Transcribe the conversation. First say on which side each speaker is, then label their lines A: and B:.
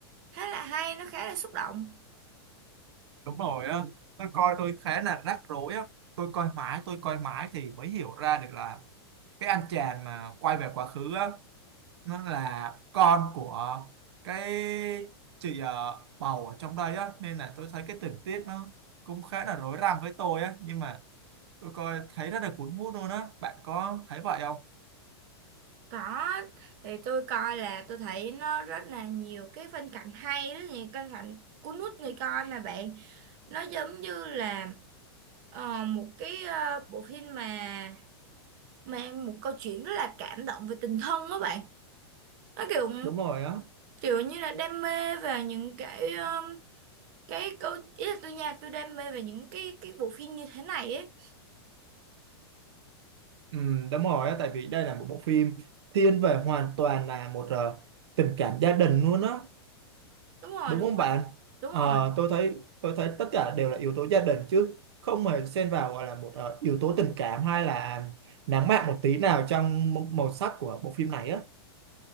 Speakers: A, on the right (about 50°); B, on the right (about 75°).
A: khá là hay, nó khá là xúc động.
B: Đúng rồi á, tôi coi tôi khá là rắc rối á, tôi coi mãi tôi coi mãi thì mới hiểu ra được là cái anh chàng mà quay về quá khứ á nó là con của cái chị ờ, bầu ở trong đây á nên là tôi thấy cái tình tiết nó cũng khá là rối rắm với tôi á nhưng mà tôi coi thấy rất là cuốn hút luôn á bạn có thấy vậy không
A: Có thì tôi coi là tôi thấy nó rất là nhiều cái phân cảnh hay, rất nhiều phân cảnh cuốn hút người coi mà bạn. Nó giống như là ờ, một cái ờ, bộ phim mà mang một câu chuyện rất là cảm động về tình thân đó bạn nó kiểu
B: Đúng rồi á.
A: kiểu như là đam mê về những cái um, cái câu ý là tôi nha tôi đam mê về những cái cái bộ phim như thế này ấy
B: Ừ, đúng rồi á, tại vì đây là một bộ phim thiên về hoàn toàn là một ờ, tình cảm gia đình luôn á.
A: đúng rồi
B: đúng
A: đúng
B: không
A: rồi
B: bạn
A: đúng
B: Ờ,
A: rồi
B: tôi thấy tôi thấy tất cả đều là yếu tố gia đình chứ không hề xen vào gọi là một ờ, yếu tố tình cảm hay là nắng mạng một tí nào trong m- màu sắc của bộ phim này á